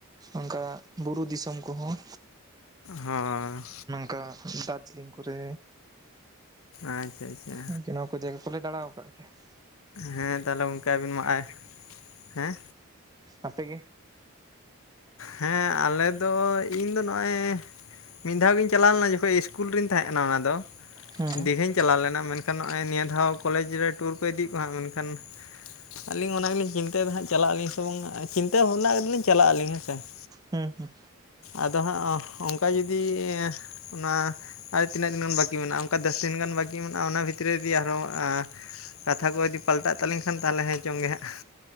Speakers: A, on the right; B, on the left.
A: ᱚᱱᱠᱟ ᱵᱩᱨᱩ ᱫᱤᱥᱚᱢ ᱠᱚᱦᱚᱸ
B: ᱦᱚᱸ᱾
A: ᱠᱟ ᱫᱟᱨᱡᱤᱞᱤᱝ ᱠᱚᱨᱮ
B: ᱟᱪᱪᱷᱟ ᱟᱪᱪᱷᱟ᱾
A: ᱟᱨᱠᱤ ᱱᱚᱣᱟ ᱡᱟᱭᱜᱟ ᱠᱚᱞᱮ ᱫᱟᱬᱟᱣ ᱠᱟᱜ ᱜᱮᱭᱟ ᱾
B: ᱦᱮᱸ ᱛᱟᱦᱚᱞᱮ ᱜᱚᱢᱠᱮ ᱟᱹᱵᱤᱱ ᱢᱟ ᱟᱭ ᱦᱮᱸ?
A: ᱟᱯᱮ ᱜᱮ?
B: ᱦᱮᱸ ᱟᱞᱮ ᱫᱚ ᱤᱧᱫᱚ ᱱᱚᱜᱼᱚᱭ ᱢᱤᱫ ᱫᱷᱟᱣ ᱜᱤᱧ ᱪᱟᱞᱟᱣ ᱞᱮᱱᱟ ᱡᱚᱠᱷᱚᱱ ᱤᱥᱠᱩᱞ ᱨᱤᱧ ᱛᱟᱦᱮᱸᱜ ᱠᱟᱱᱟ ᱚᱱᱟ ᱫᱚ
A: ᱦᱮᱸ
B: ᱫᱤᱜᱷᱟᱧ ᱪᱟᱞᱟᱣ ᱞᱮᱱᱟ ᱾ ᱢᱮᱱᱠᱷᱟᱱ ᱱᱚᱜᱼᱚᱭ ᱱᱤᱭᱟᱹ ᱫᱷᱟᱣ ᱠᱚᱞᱮᱡᱽ ᱨᱮ ᱴᱩᱨ ᱠᱚ ᱤᱫᱤᱭᱮᱫ ᱠᱚᱣᱟ ᱾ ᱢᱮᱱᱠᱷᱟᱱ ᱟᱹᱞᱤᱧ ᱚᱱᱟ ᱜᱮᱞᱤᱧ ᱪᱤᱱᱛᱟᱹᱭᱮᱫᱟ ᱦᱟᱸᱜ ᱪᱟᱞᱟᱜ ᱟᱹᱞᱤᱧ ᱥᱮ ᱵᱟᱝ ᱪᱤᱱᱛᱟᱹ ᱵᱷᱟᱵᱱᱟ ᱠᱟᱫᱟᱞᱤᱧ ᱪᱟᱞᱟᱜ ᱟᱹᱞᱤᱧ ᱦᱮᱸᱥᱮ ᱾
A: ᱦᱩᱸ ᱦᱩᱸ᱾
B: ᱟᱫᱚ ᱦᱟᱸᱜ ᱚᱝᱠᱟ ᱡᱩᱫᱤ ᱚᱱᱟ ᱟᱨ ᱛᱤᱱᱟᱹᱜ ᱫᱤᱱ ᱜᱟᱱ ᱵᱟᱹᱠᱤ ᱢᱮᱱᱟᱜᱼᱟ ᱚᱱᱠᱟ ᱫᱚᱥ ᱫᱤᱱ ᱜᱟᱱ ᱵᱟᱹᱠᱤ ᱢᱮᱱᱟᱜᱼᱟ ᱾ ᱚᱱᱟ ᱵᱷᱤᱛᱨᱤ ᱨᱮᱜᱤ ᱟᱨᱦᱚᱸ ᱟ ᱠᱟᱛᱷᱟ ᱠᱚ ᱡᱩᱫᱤ ᱯᱟᱞᱴᱟᱜ ᱛᱟᱹᱞᱤᱧ ᱠᱷᱟᱱ ᱛᱟᱦᱚᱞᱮ ᱦᱮᱸ ᱪᱚᱝ ᱜᱮ ᱦᱟᱸᱜ ᱾